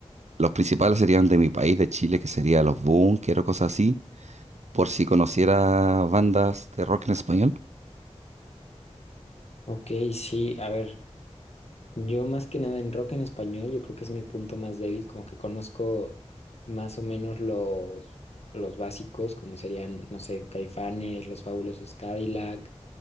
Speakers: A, on the right; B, on the left.
A: Los principales serían de mi país, de Chile, que sería Los Bunkers o cosas así, por si conociera bandas de rock en español.
B: Ok, sí, a ver, yo más que nada en rock en español, yo creo que es mi punto más débil, como que conozco más o menos los, los básicos, como serían, no sé, Caifanes, Los Fabulosos Cadillac,